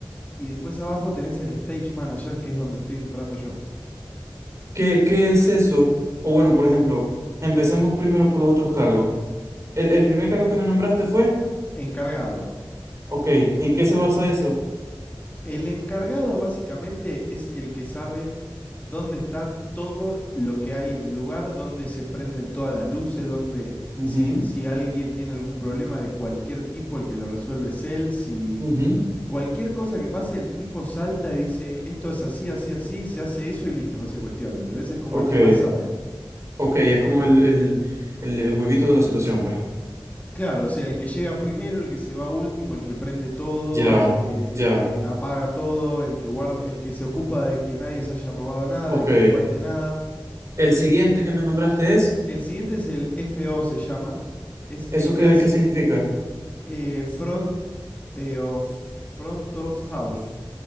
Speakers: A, on the left; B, on the right.
A: Y después abajo tenés el stage manager, que es donde estoy entrando yo.
B: ¿Qué, qué es eso? O bueno, por ejemplo, empecemos primero por los otros cargos. El, el primer cargo que me nombraste fue,
A: Encargado.
B: ok, ¿en qué se basa eso?
A: El encargado básicamente es el que sabe dónde está todo lo que hay en el lugar, dónde se prenden todas las luces, dónde
B: mhm,
A: si, si alguien tiene algún problema de cualquier tipo, el que lo resuelve es él, si
B: mhm,
A: Cualquier cosa que pase, el tipo salta y dice, esto es así, así, así, se hace eso y listo, no se cuestiona, ¿entendés? Es como
B: Ok.
A: el que más sabe.
B: Ok, es como el, el, el, el huevito de la situación, pues.
A: Claro, o sea, el que llega primero, el que se va último, el que prende todo,
B: Ya,
A: el que,
B: ya.
A: el que apaga todo, el que guarda, el que se ocupa de que nadie se haya robado nada,
B: Ok.
A: de que no falte nada.
B: El siguiente que me nombraste es,
A: El siguiente es el FO, se llama. Es
B: ¿eso
A: el que
B: qué,
A: hace
B: qué significa?
A: eh, front, eh, of, front of house.